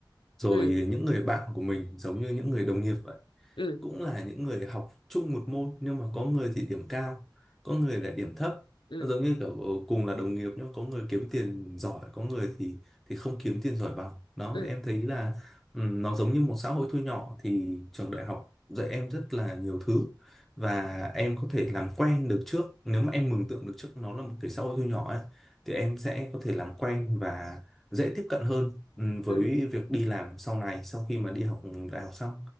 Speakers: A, in the centre; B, on the left (about 80°).
A: rồi
B: ừ,
A: những người bạn của mình giống như những người đồng nghiệp vậy
B: ừ,
A: cũng là những người học chung một môn nhưng mà có người thì điểm cao có người lại điểm thấp
B: ừ,
A: nó giống như kiểu ờ, cùng là đồng nghiệp nhưng có người kiếm tiền giỏi có người thì thì không kiếm tiền giỏi bằng đó
B: ừ,
A: thì em thấy là ừm, nó giống như một xã hội thu nhỏ thì trường đại học dạy em rất là nhiều thứ và em có thể làm quen được trước nếu mà em mường tượng được trước nó là một cái xã hội thu nhỏ ấy thì em sẽ có thể làm quen và dễ tiếp cận hơn ừm, với
B: ừ,
A: việc đi làm sau này sau khi mà đi học đại học xong